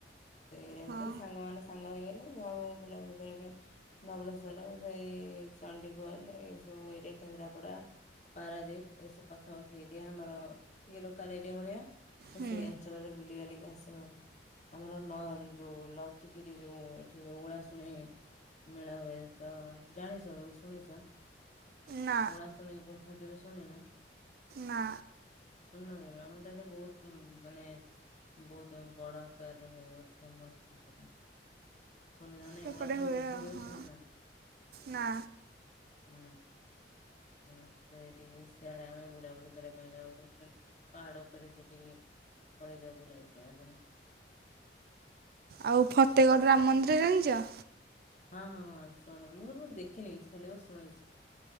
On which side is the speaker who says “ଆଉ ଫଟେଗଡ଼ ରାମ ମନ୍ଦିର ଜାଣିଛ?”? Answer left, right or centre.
Right